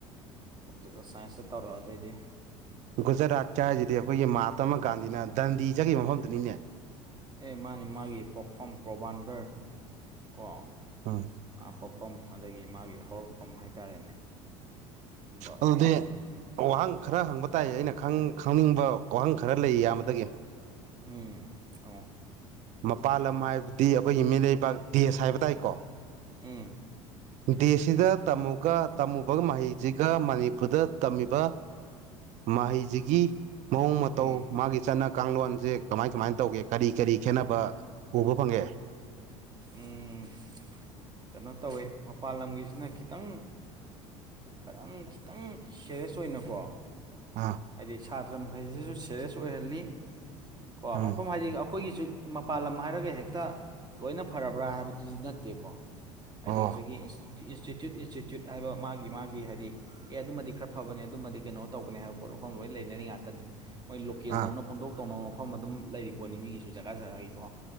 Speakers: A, on the right; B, on the right.
A: ꯑꯣꯞꯇꯤꯀꯦꯜ ꯁꯥꯏꯟꯁꯇ ꯇꯧꯔꯛꯑ ꯑꯗꯩꯗꯤ
B: ꯒꯨꯖꯔꯥꯠ ꯆ ꯍꯥꯏꯁꯤꯗꯤ ꯑꯩꯈꯣꯏꯒꯤ ꯃꯍꯥꯇꯃꯥ ꯒꯥꯟꯙꯤꯅ ꯗꯟꯗꯤ ꯆꯠꯈꯤꯕ ꯃꯐꯝꯗꯨꯅꯤꯅꯦ
A: ꯑꯦ ꯃꯥꯅꯦ ꯃꯥꯒꯤ ꯄꯣꯛꯐꯝ ꯄ꯭ꯔꯣꯕꯥꯟꯗꯔ ꯀꯣ
B: <inaudible>
A: ꯑ ꯄꯣꯛꯐꯝ ꯑꯗꯒꯤ ꯃꯥꯒꯤ ꯍꯧꯔꯛꯐꯝ ꯍꯥꯏꯇꯥꯔꯦꯅꯦ ꯁꯨꯝꯕ
B: ꯑꯗꯨꯗꯤ
A: ꯃꯐꯝꯅꯤ
B: ꯋꯥꯍꯪ ꯈꯔ ꯍꯪꯕ ꯇꯥꯏ ꯑꯩꯅ ꯈꯪ ꯈꯪꯅꯤꯡꯕ ꯋꯥꯍꯪ ꯈꯔ ꯂꯩꯌꯦ ꯢꯌꯥꯝꯕꯗꯒꯤ
A: ꯎꯝ ꯍꯪꯉꯣ
B: ꯃꯄꯥꯥꯟ ꯂꯝ ꯍꯥꯏꯕꯗꯤ ꯑꯩꯈꯣꯏꯒꯤ ꯃꯤꯔꯩꯕ ꯗꯦꯁ ꯍꯥꯏꯕ ꯇꯥꯏꯀꯣ
A: ꯎꯝ
B: ꯗꯦꯁꯁꯤꯗ ꯇꯝꯃꯨꯒ ꯇꯝꯃꯨꯕ ꯃꯍꯩꯁꯤꯒ ꯃꯅꯤꯄꯨꯔꯗ ꯇꯝꯃꯤꯕ ꯃꯍꯩꯁꯤꯒꯤ ꯃꯑꯣꯡ ꯃꯇꯧ
A: ꯎꯝ
B: ꯃꯥꯒꯤ ꯆꯠꯅ ꯀꯥꯡꯂꯣꯟꯁꯦ ꯀꯃꯥꯏ ꯀꯃꯥꯏꯅ ꯇꯧꯒꯦ ꯀꯔꯤ ꯀꯔꯤ ꯈꯦꯠꯅꯕ ꯎꯕ ꯐꯪꯉꯦ
A: ꯎꯝ ꯀꯩꯅꯣ ꯇꯧꯋꯦ ꯃꯄꯥꯟ ꯂꯝꯒꯤꯁꯤꯅ ꯈꯤꯇꯪ ꯈꯔꯪ ꯈꯤꯇꯪ ꯁꯦꯔꯌꯁ ꯑꯣꯏꯅꯀꯣ
B: ꯑꯥ
A: ꯍꯥꯏꯗꯤ ꯁꯥꯇ꯭ꯔ ꯃꯈꯩꯁꯤꯁꯨ ꯁꯦꯔꯤꯌꯁ ꯑꯣꯏꯍꯜꯂꯤ ꯀꯣ
B: ꯎꯝ
A: ꯃꯐꯝ ꯍꯥꯏꯗꯤ ꯑꯩꯈꯣꯏꯒꯤꯁꯨ ꯃꯄꯥꯥꯟ ꯂꯝ ꯍꯥꯏꯔꯒ ꯍꯦꯛꯇ ꯂꯣꯏꯅ ꯐꯔꯕ꯭ꯔꯥ ꯍꯥꯏꯕꯗꯨꯗꯤ ꯅꯠꯇꯦꯀꯣ ꯍꯥꯏꯗꯤ
B: ꯑꯣ
A: ꯉꯁꯥꯏꯒꯤ ꯏꯟꯁꯇꯤꯇ꯭ꯌꯨꯠ ꯏꯟꯁꯇꯤꯇ꯭ꯌꯨꯠ ꯍꯥꯏꯕ ꯃꯥꯒꯤ ꯃꯥꯒꯤ ꯍꯥꯏꯗꯤ ꯑꯦ ꯑꯗꯨꯃꯗꯤ ꯈꯔ ꯐꯕꯅꯦ ꯑꯗꯨꯃꯗꯤ ꯀꯩꯅꯣ ꯇꯧꯕꯅꯦ ꯍꯥꯏꯕ ꯄꯣꯠ ꯃꯐꯝ ꯂꯣꯏ ꯂꯩꯅꯔꯤ ꯉꯥꯛꯇꯅꯤ ꯃꯣꯏ ꯂꯣꯀꯦꯜꯗꯧꯅ
B: ꯑꯥ
A: ꯄꯪꯗꯧ ꯇꯧꯅꯕ ꯃꯐꯝ ꯑꯗꯨꯝ ꯂꯩꯔꯤ ꯄꯣꯠꯅꯤ ꯃꯤꯒꯤ ꯨ ꯖꯒꯥ ꯖꯒꯥꯒꯤꯀꯣ